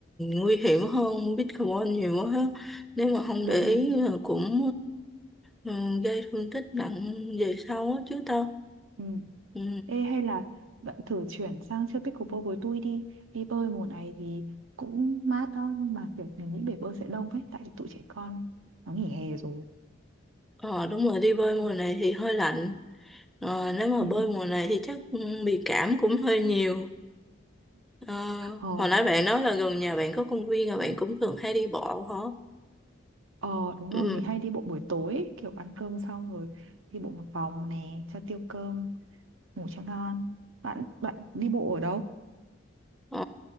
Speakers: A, in the centre; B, on the right (about 85°).
A: nguy hiểm hơn pickleball nhiều quá ha. Nếu mà không
B: đúng
A: để ý
B: đúng
A: là cũng ờ, ừ, gây thương tích nặng về sau á chứ tao.
B: ừ.
A: Ừ.
B: ê hay là bạn thử chuyển sang chơi pickleball với tôi đi đi bơi mùa này thì cũng mát đó nhưng mà kiểu mình nghĩ bể bơi sẽ đông ấy tại tụi trẻ con nó nghỉ hè rồi
A: Ờ đúng rồi đi bơi mùa này thì hơi lạnh Ờ, nếu mà
B: ừ.
A: bơi mùa này thì chắc ừ, bị cảm cũng hơi nhiều Ờ,
B: ờ
A: hồi nãy bạn nói là gần nhà bạn có công viên và bạn cũng thường hay đi bộ hả?
B: ờ đúng
A: Ừ.
B: rồi mình hay đi bộ buổi tối ấy, kiểu ăn cơm xong rồi đi bộ một vòng nè cho tiêu cơm ngủ cho ngon bạn bạn đi bộ ở đâu
A: Ờ,